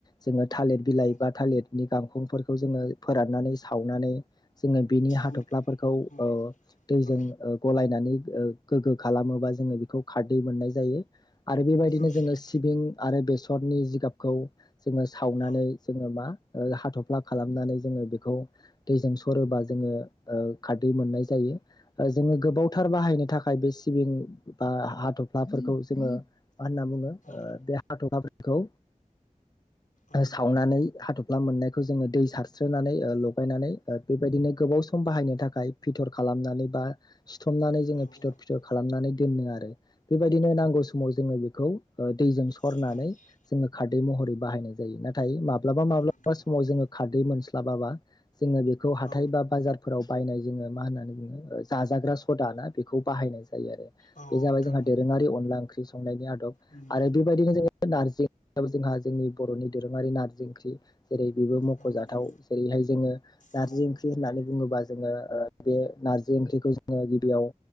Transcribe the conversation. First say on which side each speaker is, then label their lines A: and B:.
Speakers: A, on the left; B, on the left.
A: जोङो थालिर बिलाइ
B: औ
A: बा थालिरनि गांखंफोरखौ जोङो फोराननानै सावनानै। जोङो बिनि हाथफ्लाफोरखौ
B: नोंथां औ
A: ओ दैजों
B: औ
A: ओ गलायनानै गोग्गो खालामोबा जोङो बेखौ खारदै मोननाय जायो आरो बेबायदिनो
B: नोंथां
A: जोङो सिबिं आरो बेसरनि जिगाबखौ जोङो सावनानै
B: औ
A: जोङो मा ओ हाथफ्ला खालामनानै जोङो बेखौ दैजों सरोबा जोङो ओ खारदै मोननाय जायो। जोङो गोबावथार बाहायनो थाखाय बे सिबिं बा हाथफ्लाफोरखौ जोङो मा होनना बुङो ओ
B: औ
A: बे हाथप्लाफोरखौ
B: औ
A: सावनानै हाथफ्ला मोननायखौ जोङो दै सारस्रोनानै ओ लगायनानै बेबायदिनो गोबाव सम बाहायनो थाखाय फिथर खालामनानै बा सिुथमनानै
B: औ
A: जोङो फिथर फिथर खालामनानै दोननो आरो बेबायदिनो नांगौ समाव जोङो बेखौ ओ दैजों सरनानै
B: औ
A: जोङो खार महरै बाहायनाय जायो नाथाय माब्लाबा माब्लाबा
B: नोंथां
A: समाव
B: उम
A: जोङो खारदै मोनस्लाबाबा जोङो बेखौ हाथाय
B: औ
A: बा बाजारफोराव बायनाय जोङो मा होननानै बुङो जाजाग्रा सदा ना बेखौ बाहायनाय जायो आरो
B: औ
A: बे जाबाय
B: नोंथां
A: जोंहा
B: औ
A: दोरोङारि अनला ओंख्रि संनायनि आद आरो
B: उम
A: बेबायदिनो जोङो नारजि याव जोंहा जोंनि बर'नि दोरोङारि नारजि ओंख्रि जेरै बेबो मखजाथाव
B: औ नोंथां
A: जेरैहाय जोङो नारजि
B: औ
A: ओंख्रि होननानै बुङोबा जोङो ओ बे नारजि ओंख्रिखौ जोङो गिबियाव